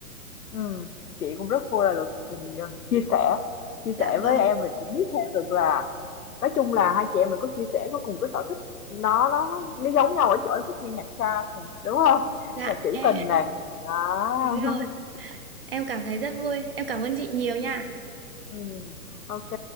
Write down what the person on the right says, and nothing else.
Dạ
vâng.
Dạ
em
đúng rồi.
Em cảm thấy rất vui. Em cảm ơn chị nhiều nha.